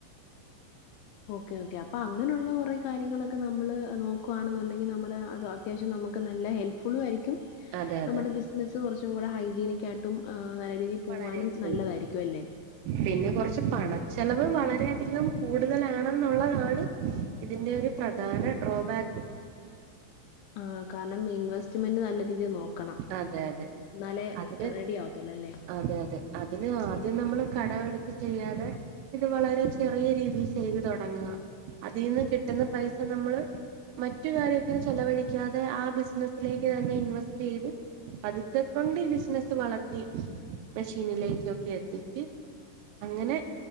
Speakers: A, on the left; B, on the right.
A: ഓക്കെ ഓക്കെ അപ്പൊ അങ്ങനെയുള്ള കുറെേ കാര്യങ്ങളൊക്കെ നമ്മള് നോക്കുകവാണെന്നുണ്ടെങ്കിൽ നമ്മള് അത് അത്യാവശ്യം നമുക്ക് നല്ല ഹെൽപ് ഫുള്ളും ആയിരിക്കും
B: അതെ
A: നമ്മുടെ
B: അതെ
A: ബിസിനസ്സ് കുറച്ചും കൂടെ ഹൈജീനിക്ക് ആയിട്ട് ഒട്ടും നല്ല രീതിയിൽ പോകാനും
B: വളരെയും ചെയ്യും
A: നല്ലതായിരിക്കും അല്ലേ
B: പിന്നെ കുറച്ച് പണച്ചെലവ് വളരെയധികം കൂടുതലാണെന്നുള്ളതാണ് ഇതിന്റെ ഒരു പ്രധാന ഡ്രോബാക്ക്
A: ആ കാരണം ഇൻവെസ്റ്റ്മെന്റ് നല്ല രീതിയിൽ നോക്ക ക്കണം
B: അതെ അതെ
A: എന്നാലെ
B: അതിന്
A: റെഡി ആവത്തൊള്ള് അല്ലേ
B: അതെ അതെ അതിന് ആദ്യം നമ്മള് കടവെടുത്ത് ചെയ്യാതെ ഇത് വളരെ ചെറിയ രീതി ചെയ്ത് തൊടങ്ങുവ അതിന്ന് കിട്ടുന്ന പൈസ നമ്മള് മറ്റു കാര്യൊക്കെ ചെലവഴിക്കാതെ ആ ബിസിനസിലേക്ക് തന്നെ ഇൻവെസ് ചെയ്ത് അതൊക്കെ കൊണ്ട് ഈ ബിസിനസ് വളർത്തി മെഷീനിലേക്ക് ഒക്കെ എത്തിച്ച് അങ്ങനെ